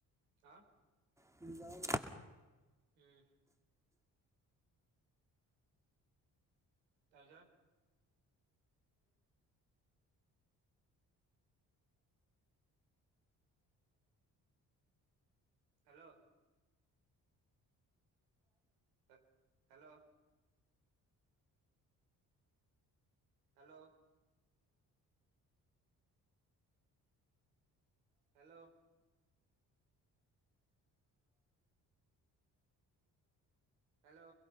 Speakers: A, on the right; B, in the centre.
A: হা?
B: তুমি যাবা নেকি?
A: উম তাৰ পিছত? হেল্ল' হ হেল্ল হেল্ল' হেল্ল' হেল্ল'